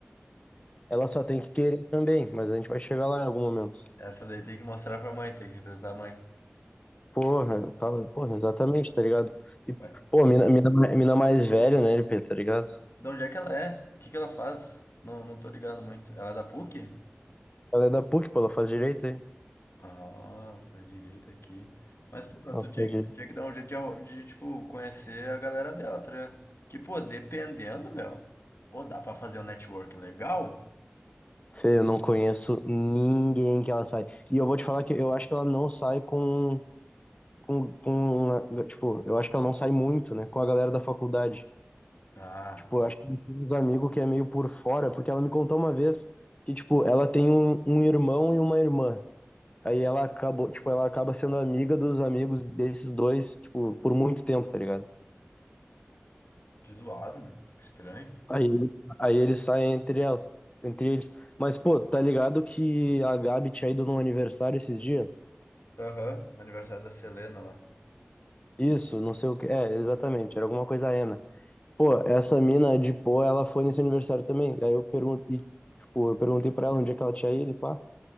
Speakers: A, on the left (about 30°); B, on the left (about 80°).
A: Ela só tem que querer também, mas a gente vai chegar lá em algum momento.
B: Essa daí tem que mostrar pra mãe, tem que representar a mãe.
A: Porra, tá, porra, exatamente, tá ligado? E,
B: Mas
A: pô, mina, mina, mina mais velha, né, LP, tá ligado?
B: de onde é que ela é? O que que ela faz? Não, não tô ligado muito. Ela é da PUC?
A: Ela é da PUC, pô, ela faz direito aí.
B: Ah, faz direito aqui. Mas, pô,
A: Ela
B: tu tinha,
A: faz direito.
B: tu tinha que dar um jeito de, arru- de, tipo, conhecer a galera dela, tá ligado? Que, pô, dependendo, meu. Pô, dá pra fazer um network legal?
A: Fê, eu não conheço ninguém que ela sai. E eu vou te falar que eu acho que ela não sai com, com, com, tipo, eu acho que ela não sai muito, né, com a galera da faculdade.
B: Ah,
A: Tipo, eu acho que tem uns amigos que é meio por fora, porque ela me contou uma vez que, tipo, ela tem um, um irmão e uma irmã. Aí ela acabou, tipo, ela acaba sendo amiga dos amigos desses dois, tipo, por muito tempo, tá ligado?
B: que zoado, meu. Que estranho.
A: Aí, ele- aí eles saem entre elas, entre eles. Mas, pô, tá ligado que a Gabi tinha ido num aniversário esses dias?
B: Aham, o aniversário da Selena lá.
A: Isso, não sei o que. É, exatamente, era alguma coisa Ana. Pô, essa mina de pô, ela foi nesse aniversário também. Aí eu perguntei, tipo, eu perguntei pra ela onde é que ela tinha ido e pá.